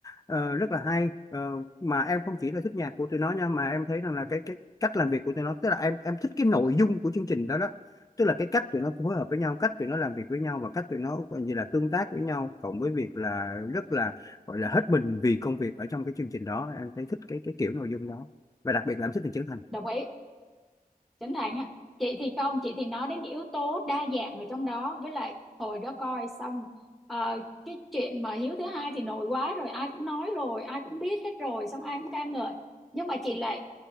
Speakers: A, on the left; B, in the centre.
A: ờ, rất là hay Ờ, mà em không chỉ là thích nhạc của tụi nó nha mà em thấy rằng là cái cái cách làm việc của tụi nó tức là em em thích cái nội dung của chương trình đó đó tức là cái cách tụi nó phối hợp với nhau cách tụi nó làm việc với nhau và cách tụi nó gọi như là tương tác với nhau cộng với việc là rất là gọi là hết mình vì công việc ở trong cái chương trình đó em thấy thích cái cái kiểu nội dung đó và đặc biệt là em thích Trần Trấn Thành
B: đồng ý Chánh Thành à chị thì không chị thì nói đến cái yếu tố đa dạng ở trong đó với lại hồi đó coi xong ờ, cái chuyện mà Hiếu thứ hai thì nổi quá rồi ai cũng nói rồi ai cũng biết hết rồi xong ai cũng ca ngợi nhưng mà chị lại